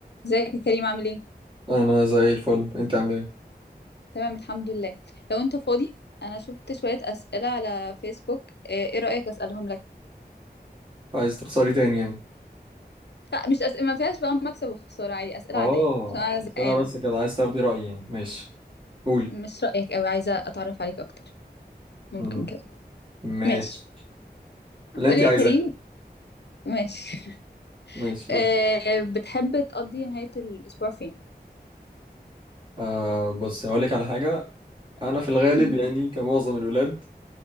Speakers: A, on the left; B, on the right.
A: ازيك يا كريم عامل ايه؟
B: انا زي الفل انت عامل ايه
A: تمام الحمد لله لو انت فاضي انا شفت شوية اسئلة على فيسبوك ايه إيه رأيك اسألهم لك؟
B: عايز تخسري تاني يعني
A: لا مش أسئلة ما فيهاش بقى مكسب وخسارة عادي اسئلة
B: اه
A: عادية عشان انا زهقانة
B: اسئله بس كده عايز تاخدي رايي يعني ماشي قولي
A: مش رأيك قوي عايزة اتعرف عليك اكتر ممكن
B: مم.
A: كده
B: ماشي
A: ماشي
B: اللي
A: قولي
B: انت عايزاه
A: يا كريم ماشي
B: ماشي
A: <laughs> إيه
B: قولي
A: بتحب تقضي نهاية الاسبوع فين؟
B: آه بص هقول لك على حاجه انا في الغالب
A: مم.
B: يعني كمعظم الولاد